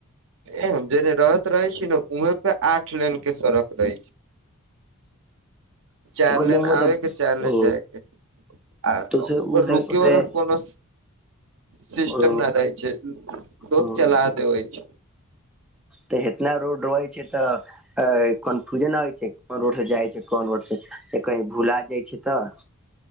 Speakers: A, on the right; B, in the centre.
A: ए हम जेने रहत रहे छी ने उहें पे आठ लेन कऽ सड़क रहे छै चार
B: तऽ मतलब
A: लैन
B: मतलब
A: आबे के चार लैन
B: ओ
A: जाए के आ
B: तोसे उसे
A: रुक
B: उसे
A: वाला कोनो सिस्टम
B: उसे ओ
A: नहि रहै छै लोक
B: ओ
A: चला देवे छै।
B: तऽ इतना रोड रहै छै त कन्फ्यूजन हो। छै कोन रोड से जाइ छै कोन रोड से कही भूला जाइ छै तऽ